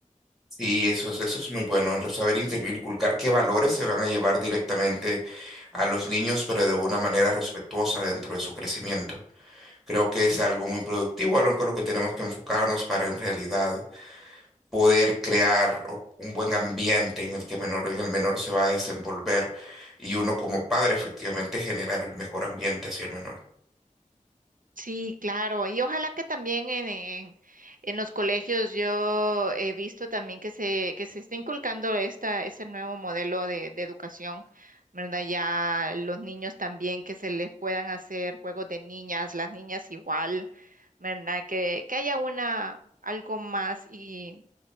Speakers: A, in the centre; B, on the right.
A: Y eso es, eso es muy bueno, el saber inter- inculcar qué valores se van a llevar directamente a los niños, pero de una manera respetuosa dentro de su crecimiento. Creo que es algo muy productivo, algo con lo que tenemos que enfocarnos para en realidad poder crear o- un buen ambiente en el que menor, en el menor se va a desenvolver y uno como padre efectivamente generar el mejor ambiente hacia el menor.
B: Sí, claro. Y ojalá que también en, en, en los colegios yo he visto también que se, que se está inculcando esta, ese nuevo modelo de, de educación, ¿verdad? Ya los niños también que se les puedan hacer juegos de niñas, las niñas igual, ¿verdad? Que, que haya una, algo más y